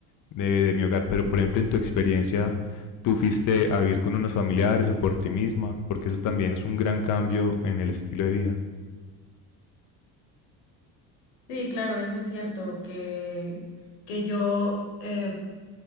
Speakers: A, on the left; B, on the left.
A: de, de mi hogar, pero por ejemplo, en tu experiencia, tú fuiste a vivir con unos familiares o por ti misma, porque eso también es un gran cambio en el estilo de vida.
B: Sí, claro, eso es cierto, que, que yo... eh,